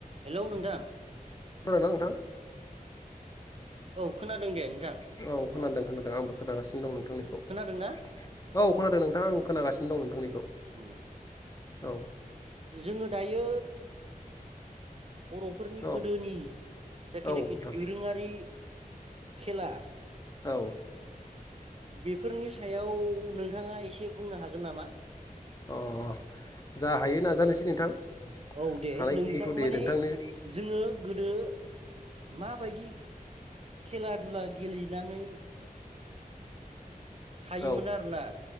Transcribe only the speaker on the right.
हेलौ नोंथां?
औ खोनादों दे नों
खोनादों ना
औ
उम
जोङो दायो बर'फोरनि
गोदोनि जाखिनाखि
दोरोङारि खेला
बेफोरनि सायाव नोंथाङा एसे बुंनो हागोन नामा
औ दे
नोंथां
माने
जोङो गोदो औ माबायदि खेला दुला गेलेनानै थायोमोन
आरो ना